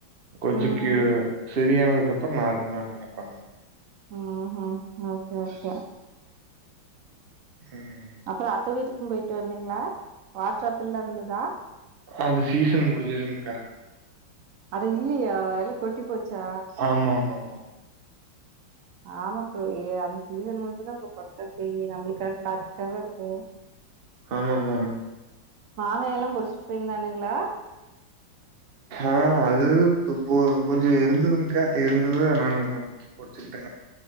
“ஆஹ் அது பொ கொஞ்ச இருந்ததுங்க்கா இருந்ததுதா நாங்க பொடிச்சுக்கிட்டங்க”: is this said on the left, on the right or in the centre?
Right